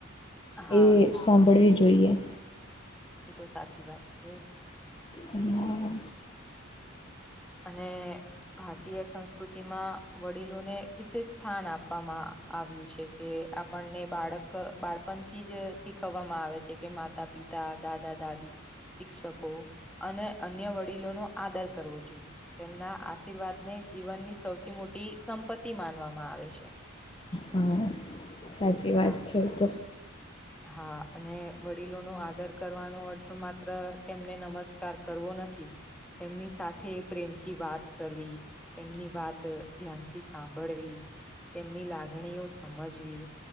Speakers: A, in the centre; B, on the left (about 25°).
A: હા
B: એ સાંભળવી જોઈએ.
A: એ તો સાચી વાત છે.
B: હા.
A: અને ભારતીય સંસ્કૃતિમાં વડીલોને વિશેષ સ્થાન આપવામાં આવ્યું છે કે આપણને બાળક બાળપણથી જ શીખવવામાં આવે છે કે માતા પિતા, દાદા દાદી. શિક્ષકો અને અન્ય વડીલોનો આદર કરવો જોઈએ. તેમના આશીર્વાદ ને જીવનની સૌથી મોટી સંપત્તિ માનવામાં આવે છે.
B: હા સાચી વાત
A: હા
B: છે ઈ તો.
A: હા. અને વડીલોનો આદર કરવાનો અર્થ માત્ર તેમને નમસ્કાર કરવો નથી. તેમની સાથે પ્રેમથી વાત કરવી. એમની વાત ધ્યાનથી સાંભળવી. તેમની લાગણીઓ સમજવી.